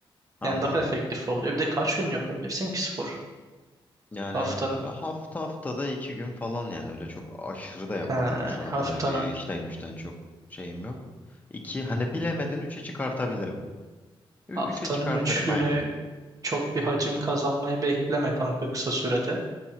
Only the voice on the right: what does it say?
Yani daha efektif oluyor. Bir de kaç gün yapabilirsin ki spor?
Haftanın.
He,
haftanın
haftanın
3 günü
çok bir hacim kazanmayı bekleme kanka kısa sürede.